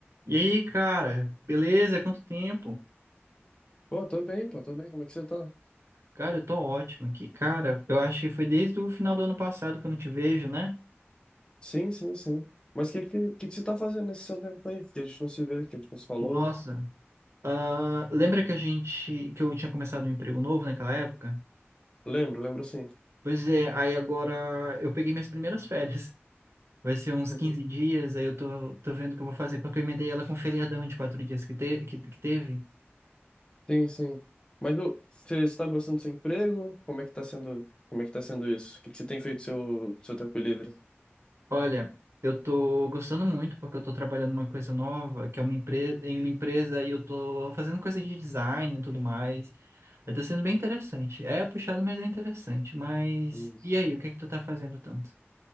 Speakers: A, on the right (about 80°); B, on the left (about 20°).
A: E aí, cara, beleza? Quanto tempo?
B: Pô, tô bem, pô, tô bem. Como é que você tá?
A: Cara, eu tô ótimo aqui. Cara, eu acho que foi desde o final do ano passado que eu não te vejo, né?
B: Sim, sim, sim. Mas o que, que, que que você tá fazendo nesse seu tempo aí? Que a gente não se vê, que a gente não se falou.
A: Nossa. Ah, lembra que a gente, que eu tinha começado um emprego novo naquela época?
B: Lembro, lembro sim.
A: Pois é, aí agora eu peguei minhas primeiras <laughs> férias. Vai ser uns
B: Uhum.
A: 15 dias, aí eu tô, tô vendo o que eu vou fazer, porque eu emendei ela com o feriadão de quatro dias que, te, que, que teve.
B: Sim, sim. Mas ô, você está gostando do seu emprego? Como é que tá sendo, como é que tá sendo isso? O que, que você tem feito seu seu tempo livre?
A: Olha, eu tô gostando muito porque eu tô trabalhando uma coisa nova, que é uma empresa, em uma empresa e eu tô fazendo coisa de design e tudo mais. Aí Tá sendo bem interessante. É puxado, mas é interessante. Mas
B: Uhum.
A: e aí, o que é que tu tá fazendo tanto?